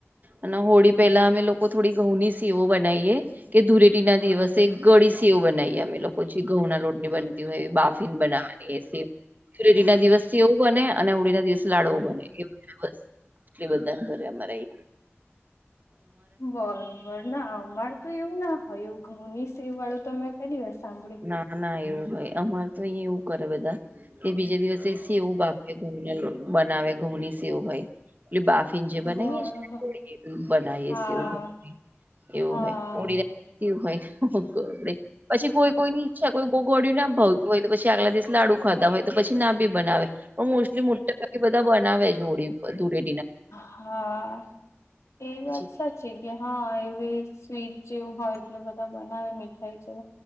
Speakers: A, on the right; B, on the left.
A: અને હોળી પહેલા અમે લોકો થોડી ઘઉં ની સીવો બનાવીએ કે ધૂરેટી ના દિવસે ગળી સેવ બનાવીએ અમે લોકો પછી ઘઉંના લોટની બનતી હોય એ બાફીન બનાવાની ફડી ના દિવસ થી એવું બને અને આવડી ના દિવસ લાડવો બને એ બસ એટલી બધા કરરે અમારા
B: બરોબર ના અમાર તો એવું ના હોયું ઘઉં ની સે વાળું તો મેં પેલી વાર સાંભળ્યું
A: ના ના એવું હોય અમારે તો અહીંયા એવું કરે બધા કે બીજા દિવસે સ એવું બાપે ઘ બનાવે ઘુમની સ એવું હોય એ બાફઇં જેે બના
B: બરોબર
A: થોડી બનાઈએ
B: હા
A: સ એવું
B: હા
A: હોય ઓડીવું હોય આપ પછી કોઈ કોઈની ઈચ્છા કોઈ બોગવાળયું ના ભાવતું હોય તો પછી આગલા દિવસ લાડુ ખાધતા હોય તો પછી ના બી બનાવે પણ મોસ્ટલી મોાકી બધા બનાવે છે હોળડી દૂે
B: હા એ વાત
A: પછી
B: સાચી કે હા એ સ્વીટ જેવું હોય એટલે બધા બનાવે મી થઈ જ